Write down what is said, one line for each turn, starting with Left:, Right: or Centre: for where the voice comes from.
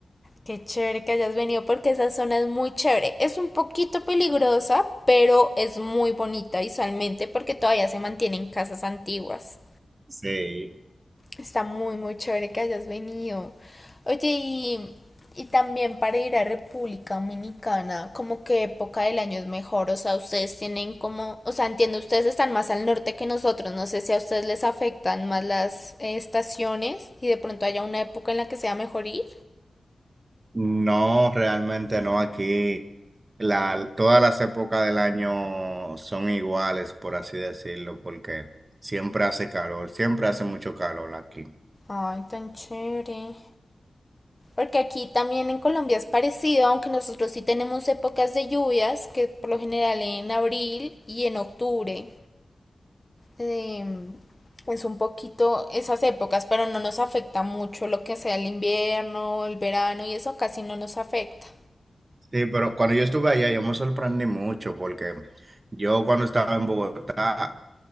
Left: Qué chévere que hayas venido porque esa zona es muy chévere. Es un poquito peligrosa, pero es muy bonita visualmente porque todavía se mantienen casas antiguas.
Right: Sí.
Left: Está muy, muy chévere que hayas venido. Oye, y, y también para ir a República Dominicana, ¿como qué época del año es mejor? O sea, ustedes tienen como, o sea, entiendo, ustedes están más al norte que nosotros. No sé si a ustedes les afectan más las eh, estaciones y de pronto haya una época en la que sea mejor ir.
Right: No, realmente no, aquí la, todas las épocas del año son iguales, por así decirlo, porque siempre hace calor, siempre hace mucho calor aquí.
Left: Ay, tan chévere. Porque aquí también en Colombia es parecido, aunque nosotros sí tenemos épocas de lluvias, que por lo general en abril y en octubre. eh, es un poquito esas épocas, pero no nos afecta mucho lo que sea el invierno, el verano y eso casi no nos afecta.
Right: Sí, pero cuando yo estuve allá, yo me sorprendí mucho, porque yo cuando estaba en Bogotá,